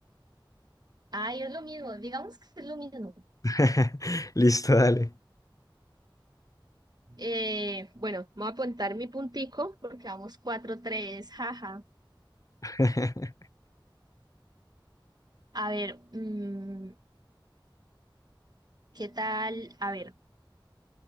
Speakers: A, on the right; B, on the left.
A: Ay, es lo mismo. Digamos que es lo mismo.
B: <laughs> Listo, dale.
A: Eh, bueno, voy a apuntar mi puntico porque vamos 4-3. Jaja.
B: <laughs>
A: A ver, mm, ¿qué tal? A ver,